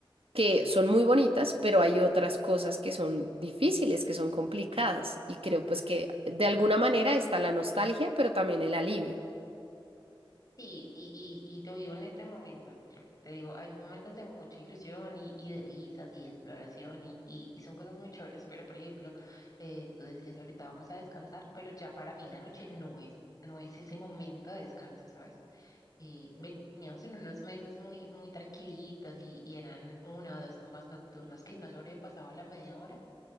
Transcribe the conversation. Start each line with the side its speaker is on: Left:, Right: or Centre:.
Right: que son muy bonitas, pero hay otras cosas que son difíciles, que son complicadas, y creo pues que de alguna manera está la nostalgia, pero también el alivio.
Left: Sí, y, y, y te digo en este momento, lo que te digo, hay momentos de mucha ilusión y, y de risas y de exploración y, y, y son cosas muy chéveres, pero por ejemplo, eh, tú decías ahorita vamos a descansar, pero ya para mí la noche no es, no es ese momento de descanso, ¿sabes? eh, veníamos en unos meses muy, muy tranquilitos y, y eran una o dos tomas nocturnas que no sobrepasaba la media hora,